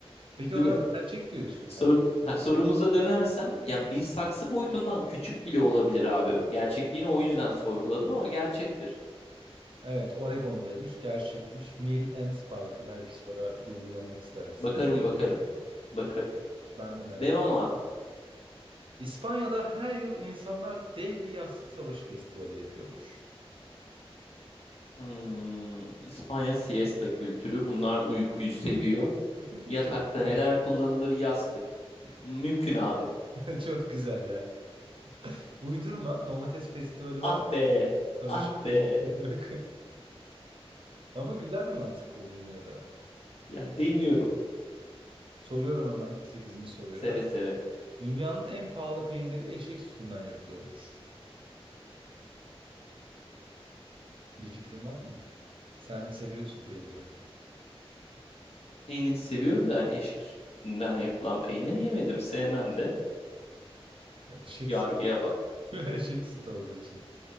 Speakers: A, on the right (about 55°); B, on the left (about 75°).
A: Peki
B: Değil
A: o zaman
B: mi?
A: gerçek diyorsun
B: Sor
A: yani.
B: ha, sorumuza dönersem ya bir saksı boyutundan küçük bile olabilir abi. Gerçekliğini o yüzden sorguladım ama gerçektir.
A: Evet, Oregon'daymış, gerçekmiş. Mill Ends Parkı belki sonra Google'lamak istersin.
B: Bakarım bakarım. Bakarım.
A: Ben de merak
B: Devam
A: ettim.
B: abi.
A: İspanya'da her yıl insanlar dev bir yastık savaşı festivali yapıyormuş.
B: Hmm, İspanya siesta kültürü. Bunlar uykuyu seviyor.
A: <laughs>
B: Yatakta
A: Çok güzel.
B: neler kullanılır? Yastık. Mümkün abi.
A: <laughs> Çok güzel ya. Uydurma domates festivali
B: Ah
A: var.
B: be.
A: Savaşın
B: Ah be.
A: yok. <laughs> Ama güzel bir mantık kurdun yine de.
B: Yani deniyorum.
A: Soruyorum hemen sekizinci soruyu
B: Seve
A: da.
B: seve.
A: Dünyanın en pahalı peyniri eşek sütünden yapılıyormuş. Bir fikrin var mı? Sen seviyorsun peyniri.
B: Peyniri seviyorum da hani eşek sütünden yapılan peynir yemedim. Sevmem de.
A: Eşek,
B: Yargıya
A: süt-
B: bak
A: <laughs> eşek sütü olduğu için.